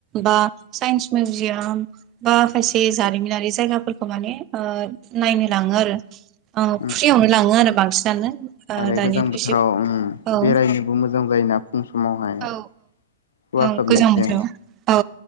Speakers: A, on the right; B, on the left.
A: बा साइन्स मिउजियाम बा खायसे जारिमिनारि जायगाफोरखौ माने ओ नायनो लाङो आरो औ
B: उम
A: फ्रियावनो लाङो आरो बांसिनानो ओ
B: आरो
A: दानियाथ'
B: गोजां बोथोराव
A: एसे
B: ओम
A: औ
B: बेरायनोबो मोजां जायोना फुं समावहाय
A: औ
B: खुवा
A: औ
B: खोबनायजों
A: गोजां बोथोराव औ